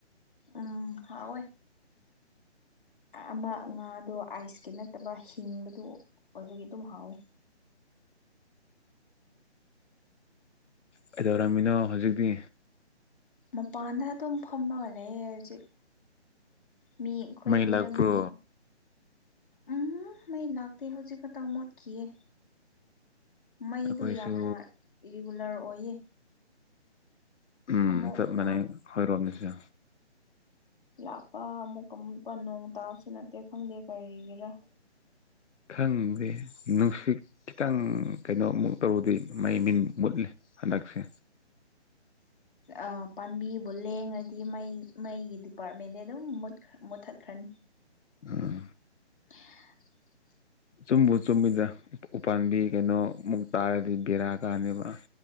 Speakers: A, on the left; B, on the left.
A: ꯎꯝ ꯍꯥꯎꯋꯦ꯫ ꯑꯃ ꯉꯥꯗꯣ ꯑꯥꯏꯁꯀꯤ ꯅꯠꯇꯕ ꯍꯤꯡꯕꯗꯨ ꯑꯣ ꯑꯗꯨꯒꯤ ꯑꯗꯨꯝ ꯍꯥꯎꯏ꯫
B: ꯀꯩꯗꯧꯔꯝꯃꯤꯅꯣ ꯍꯧꯖꯤꯛꯇꯤ
A: ꯃꯄꯥꯟꯗ ꯑꯗꯨꯝ ꯐꯝꯃꯒ ꯂꯩꯌꯦ ꯍꯧꯖꯤꯛ ꯃꯤ ꯑꯩꯈꯣꯏ
B: ꯃꯩ
A: ꯌꯨꯝꯗ
B: ꯂꯥꯛꯄ꯭ꯔꯣ
A: ꯃꯤ ꯎꯝ ꯃꯩ ꯂꯥꯛꯇꯦ ꯍꯧꯖꯤꯛꯀꯛꯇ ꯃꯣꯠꯈꯤꯌꯦ ꯃꯩꯗꯨ
B: ꯑꯩꯈꯣꯏꯁꯨ
A: ꯌꯥꯝꯅ ꯏꯔꯤꯒꯨꯂꯔ ꯑꯣꯏꯌꯦ
B: ꯎꯝ
A: ꯑꯃꯨꯛ
B: ꯆꯞ ꯃꯥꯟꯅꯩ
A: ꯂꯥꯛ
B: ꯍꯣꯏꯔꯣꯝꯃꯤꯁꯨ
A: ꯂꯥꯛꯄ ꯑꯃꯨꯛꯀ ꯑꯃꯨꯛꯀ ꯅꯣꯡ ꯇꯥꯕꯁꯨ ꯅꯠꯇꯦ ꯈꯪꯗꯦ ꯀꯔꯤꯒꯤꯔꯥ
B: ꯈꯪꯗꯦ ꯅꯨꯡꯁꯤꯠ ꯈꯤꯇꯪ ꯀꯩꯅꯣꯃꯨꯛ ꯇꯧꯔꯗꯤ ꯃꯩ ꯃꯤꯟ ꯃꯨꯠꯂꯦ ꯍꯟꯗꯛꯁꯦ
A: ꯑ ꯄꯥꯝꯕꯤꯕꯨ ꯂꯦꯡꯉꯗꯤ ꯃꯩ ꯃꯩꯒꯤ ꯗꯤꯄꯥꯔꯠꯃꯦꯟꯦ ꯑꯗꯨꯝ ꯃꯨꯠꯈ ꯃꯨꯠꯊꯠꯈ꯭ꯔꯅꯤ
B: ꯎꯝ
A: <unintelligible>
B: ꯆꯨꯝꯕꯨ ꯆꯨꯝꯃꯤꯗ ꯎꯄꯥꯝꯕꯤ ꯀꯩꯅꯣ ꯃꯨꯛꯇ ꯍꯥꯏꯔꯗꯤ ꯕꯦꯔꯥ ꯀꯥꯅꯦꯕ꯫